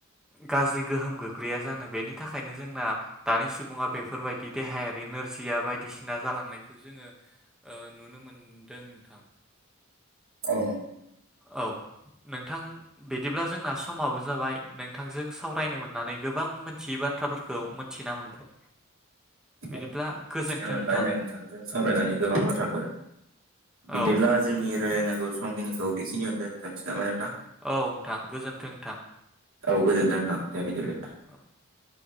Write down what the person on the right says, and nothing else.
औ नंगौ।
आंबो
मिथिनो मोनबाय
नोंथांजों सावरायनानै गोबां बाथ्राफोर बिदिब्ला
जोंनि रायलायनांगौ सम खिनिखौ बेखिनियावनो दोनथनोसै नामा नोंथां?
औ गोजोन्थों नोंथां दे बिदिब्ला।